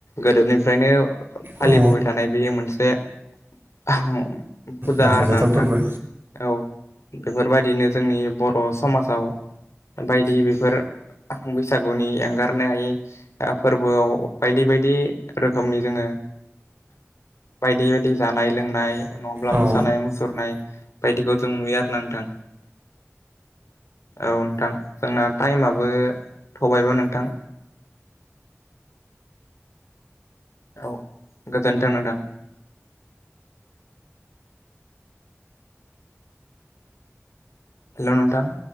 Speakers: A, on the left; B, on the right.
A: गोदोनिफ्रायनो फालिबोबाय
B: औ
A: थानाय बेयो मोनसे बुरजा
B: मख'जाथाव
A: आरो ना नंथां।
B: फोरबो
A: औ बेफोरबायदिनो जोंनि बर' समाजाव बायदि बेफोर बैसाग गुनि एंगारनो हायि फोरबोआव बायदि बायदि रोखोमनि जोङो बायदि बायदि जानाय लोंनाय नङाब्ला
B: औ
A: मोसानाय मुसुरनाय बायदिखौ जों नुयो आरो ना नोंथां। औ नोंथां, जोंना टाइमाबो थौबायबो नोंथां औ गोजोन्थों नोंथां। हेल' नोंथां।